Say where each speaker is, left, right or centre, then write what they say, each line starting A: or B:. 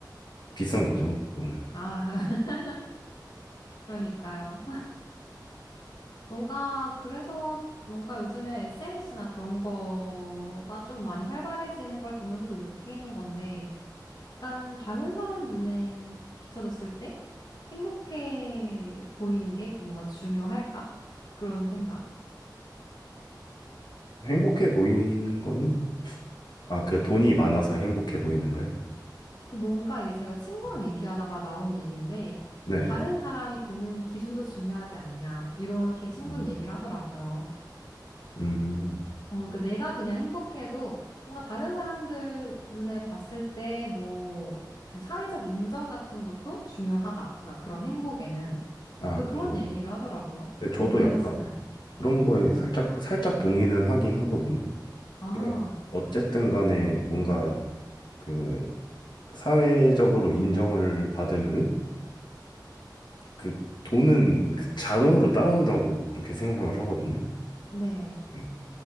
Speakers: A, on the left; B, on the left.
A: 비싼 거죠. 그거는
B: 아, <laughs> 그러니까요. 뭔가 그래서 뭔가 요즘에 SNS나 그런 거가 좀 많이 활발해지는 걸 보면서도 느끼는 건데 약간 다른 사람 눈에 비춰졌을 때 행복해 보이는 게 뭔가 중요할까? 그런 생각.
A: 행복해 보이는 거는 아, 그 돈이 많아서 행복해 보이는 거예요?
B: 그 뭔가 이제 제가 친구랑
A: 음.
B: 얘기하다가 나온 얘기인데,
A: 네.
B: 다른 사람이 보는 기준도 중요하지 않냐, 이렇게 친구는
A: 음.
B: 얘기를 하더라고요.
A: 음,
B: 어, 그 내가 그냥 행복해도 뭔가 다른 사람들 눈에 봤을 때 뭐, 그 사회적 인정 같은 것도 중요하다. 나 그런 행복에는.
A: 아,
B: 또
A: 그죠.
B: 그런 얘기를 하더라고요.
A: 근데
B: 또
A: 저도
B: 동의하시나요?
A: 약간 그런
B: 네.
A: 거에 살짝, 살짝 동의는 하긴 하거든요.
B: 아,
A: 네. 어쨌든 간에 뭔가 그 사회적으로 인정을 받으면은 그 돈은 그 자동으로 따라온다고 그렇게 생각을 하거든요.
B: 네.
A: 네.